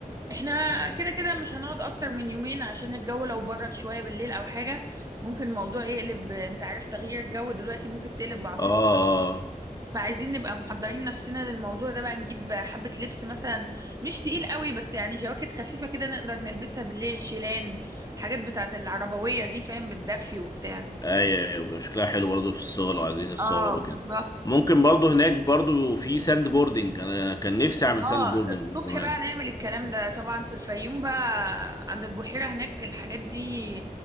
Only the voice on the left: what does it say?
مم.
اه
ايوه ايوه بيبقى شكلها حلو برضه في الصور لو عايزين نتصور
وكده ممكن برضه هناك برضه في ساند بوردنج انا كان نفسي اعمل
ساند بوردنج
من زمان